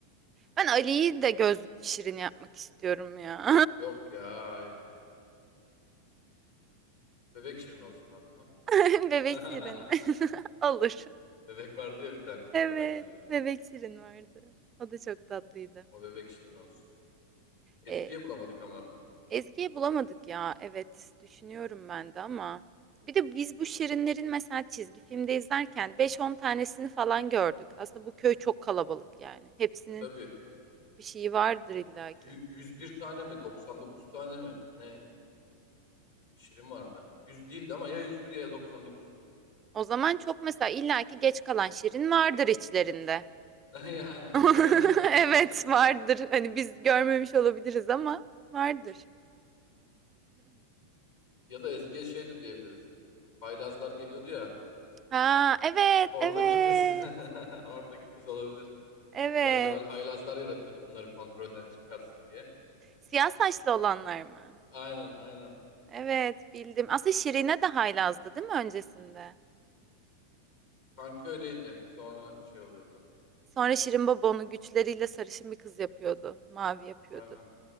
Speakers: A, on the right; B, on the left.
A: Ben Ali'yi de gözlük şirin yapmak istiyorum ya.
B: Yok ya hayır. Bebek Şirin olsun ha.
A: <laughs> Bebek şirin.
B: <laughs>
A: <laughs> Olur.
B: Bebek vardı ya bir tane sonradan
A: Evet.
B: geliyordu.
A: Bebek şirin vardı. O da çok tatlıydı.
B: O bebek Şirin olsun. Ezgi'ye
A: Ee,
B: bulamadık ama.
A: Ezgi'yi bulamadık ya. Evet. Düşünüyorum ben de ama. Bir de biz bu şirinlerin mesela çizgi filmde izlerken beş on tanesini falan gördük. Aslında bu köy çok kalabalık yani. Hepsinin
B: Tabii
A: bir şeyi vardır illaki.
B: yü- 101 tane mi 99 tane mi ne Şirin vardı. yüz değildi ama ya 101 ya doksan dokuzdu.
A: O zaman çok mesela illaki geç kalan Şirin vardır içlerinde.
B: <laughs> Yani
A: <laughs>
B: değil mi?
A: Evet
B: <laughs>
A: vardır. Hani biz görmemiş olabiliriz ama vardır.
B: Ya da Ezgi'ye şey de diyebiliriz. Haylazlar geliyordu ya.
A: Ha evet
B: Oradaki
A: evet
B: kız. <laughs> Oradaki kız olabilir.
A: evet.
B: Gargamel haylazlar yaratıyordu bunları kontrolden çıkarsın diye.
A: Siyah saçlı olanlar mı?
B: Aynen aynen.
A: Evet bildim. Aslında Şirin'e de haylazdı değil mi öncesinde?
B: Sanki öyleydi. Sonra şey oluyordu.
A: Sonra Şirin Baba onu güçleriyle sarışın bir kız yapıyordu. Mavi yapıyordu.
B: Aynen.